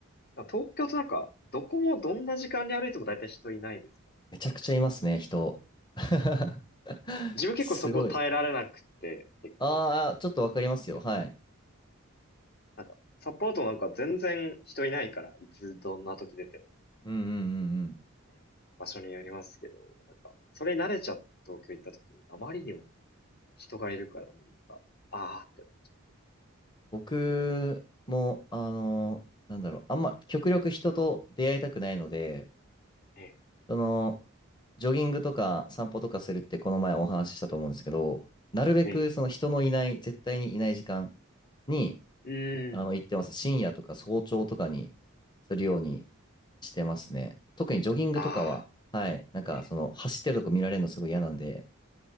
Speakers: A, on the left; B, on the left.
A: 東京ってなんか、どこもどんな時間に歩いても大体人いないです。
B: めちゃくちゃいますね、人。<laughs>
A: 自分結構そこ耐えられなくて、
B: すごい。
A: 結構。
B: ああ、ちょっとわかりますよ。はい。
A: なんか、サポートなんか全然人いないから、いつどんな時出ても
B: うんうんうんうん。
A: ね、場所によりますけど、なんか、それ慣れちゃって東京行った時に、あまりにも人がいるから、もうなんか、あーってなっちゃって。
B: 僕も、あの、なんだろう、あんま極力人と出会いたくないので、
A: ええ、
B: その、ジョギングとか散歩とかするってこの前お話ししたと思うんですけど、なるべくその人のいない、
A: ええ、
B: 絶対にいない時間に、
A: うーん、
B: あの、行ってます。深夜とか早朝とかにするようにしてますね。特にジョギングとかは、
A: あ
B: はい、なんかその、
A: ー、ええ、
B: 走ってるとこ見られるのすごい嫌なんで、